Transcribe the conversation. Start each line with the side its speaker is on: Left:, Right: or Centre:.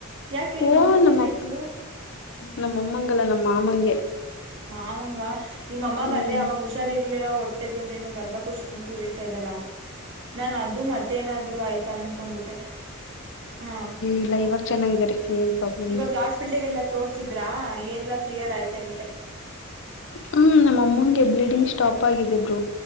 Right: ಯಾಕೆ ನಿಮ್ಮ
Left: ಓ
Right: ಅಮ್ಮಂಗ
Left: ನಮ್ಮಪ್ಪ
Right: ಏನಾಯ್ತು
Left: ನಮ್ಮ ಅಮ್ಮಗೆಲ್ಲ ನಮ್ಮ ಮಾಮಂಗೆ
Right: ಮಾವಂಗ ನಿಮ್ಮ ಅಮ್ಮಗ
Left: ಹ್ಮ್
Right: ಅದೇ ಅವಾಗ ಹುಷಾರರ್ಲ ಒಟ್ಟು ಹೊಟ್ಟೆದೇನ ಗರ್ಭ ಕುಶಿತ ಅಂತ ಹೇಳ್ತಾ ಇದ್ದಲ್ಲಾ ನಾನನ್ ಅ ಅದು ಮತ್ತೇನಾದ್ರು ಆಯ್ತಾ ಅ ಕೊಂಬಿಟ್ಟೆ ಹಾ
Left: ಇಲ್ಲ ಇವಾಗ ಚೆನ್ನಾಗಿದ್ದಾರೆ ಏನ್ ಪ್ರಾಬ್ಲಮ್
Right: ಇವಾಗ
Left: ಇಲ್ಲ
Right: ಹಾಸ್ಪಿಟ್ಲಗೆಲ್ಲಾ ತೋರ್ಸಿದ್ರಾ ಎಲ್ಲ ಕ್ಲಿಯರ್ ಆಯನ
Left: ಹ್ಮ್ ನಮ್ಮ ಅಮ್ಮನ್ಗೆ ಬ್ಲೀಡಿಂಗ್ ಸ್ಟಾಪ್ ಆಗಿದೆ ಬರು